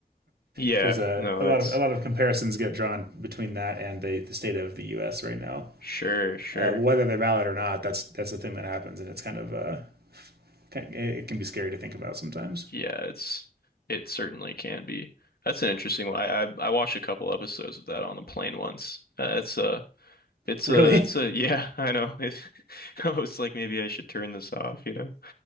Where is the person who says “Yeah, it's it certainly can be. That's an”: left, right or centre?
Left